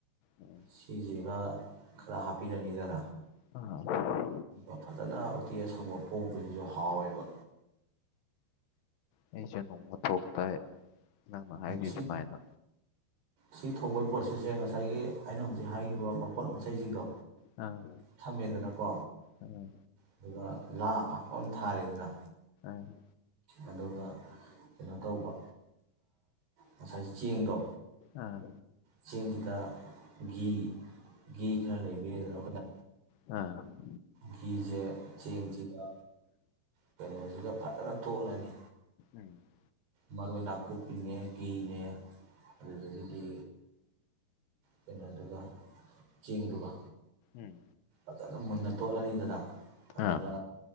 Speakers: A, on the left; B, on the right.
A: ꯎꯝ
B: ꯁꯤꯁꯤꯒ ꯈꯔ ꯍꯥꯞꯄꯤꯔꯅꯤꯖꯥꯟ
A: ꯑ
B: ꯑ ꯐꯖꯅ ꯎꯇꯤ ꯑꯁꯪꯕ ꯄꯣꯡꯕꯁꯤꯁꯨ ꯍꯥꯎꯋꯦꯕ
A: ꯑꯩꯁꯨꯦ ꯅꯣꯡꯃ ꯊꯣꯡ ꯇꯥꯏ ꯅꯪꯅ ꯍꯥꯏꯔꯤꯁꯤꯦꯃꯥꯏꯅ
B: ꯁꯤ ꯁꯤ ꯊꯣꯡꯕꯩ ꯄꯣꯁ ꯁꯤꯁꯦ ꯉꯁꯥꯏꯒꯤ ꯑꯩꯅ ꯍꯧꯖꯤꯛ ꯍꯥꯏꯈꯤꯕ ꯄꯄꯣꯠ ꯃꯆꯩꯁꯤꯡꯗꯣ
A: ꯑꯥ
B: ꯊꯝꯃꯦꯗꯅꯀꯣ
A: ꯑꯥ
B: ꯑꯗꯨꯒ ꯂꯥ ꯑ ꯄꯥꯛꯄ ꯑꯃ ꯊꯥꯏꯔꯤꯗꯅ
A: ꯎꯝ
B: ꯑꯗꯨꯒ ꯀꯩꯅꯣ ꯇꯧꯕ ꯉꯁꯥꯏ ꯆꯦꯡꯗꯣ
A: ꯑꯥ
B: ꯆꯦꯟ ꯆꯥ ꯒꯤ ꯒꯤ ꯈꯔ ꯂꯩꯕꯤꯗꯅ ꯑꯩꯈꯣꯏꯅ
A: ꯎꯝ
B: ꯒꯤꯁꯦ ꯆꯦꯡꯁꯤꯗ ꯀꯩꯅꯣꯁꯤꯒ ꯐꯖꯅ ꯇꯣꯅꯅꯤ
A: ꯎꯝ
B: ꯃꯔꯣꯏ ꯅꯥꯀꯨꯞꯄꯤꯅꯦ ꯒꯤꯅꯦ ꯑꯗꯨꯗꯒꯤ ꯒꯤ ꯀꯩꯅꯣꯗꯨꯒ ꯆꯦꯡꯗꯨꯒ
A: ꯎꯝ
B: ꯐꯖꯅ ꯃꯨꯟꯅ ꯇꯣꯠꯂꯅꯤꯗꯅ ꯑꯗꯨꯒ
A: ꯑꯥ